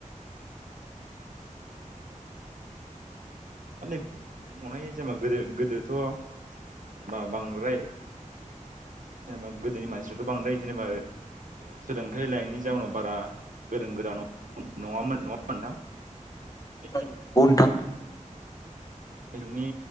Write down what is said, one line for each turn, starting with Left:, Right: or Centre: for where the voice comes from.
Right: <unintelligible> गोदो गोदोथ' जेनेबा बांद्राय जेनेबा गोदोनि मानसिफ्राथ' बांद्राय जेनेबा सोलोंथाइ लायैनि जाउनाव बारा गोरों गोरा न नङामोन <unintelligible> दानि
Left: औ नंगौ नोंथां
Right: जुगनि